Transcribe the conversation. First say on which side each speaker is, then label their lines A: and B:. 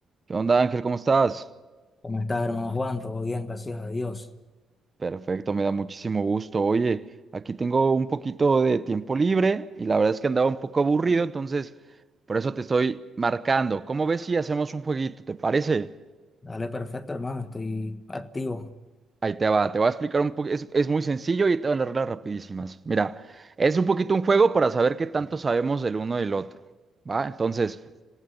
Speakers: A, on the right; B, on the left.
A: ¿Qué onda, Ángel? ¿Cómo estás?
B: ¿Cómo estás, hermano Juan? Todo bien, gracias a Dios.
A: Perfecto, me da muchísimo gusto. Oye, aquí tengo un poquito de tiempo libre y la verdad es que andaba un poco aburrido, entonces por eso te estoy marcando. ¿Cómo ves si hacemos un jueguito? ¿Te parece?
B: Dale, perfecto, hermano. Estoy activo.
A: Ahí te va, te voy a explicar un poco. Es, es muy sencillo y te van las reglas rapidísimas. Mira, es un poquito un juego para saber qué tanto sabemos del uno del otro, ¿va? Entonces,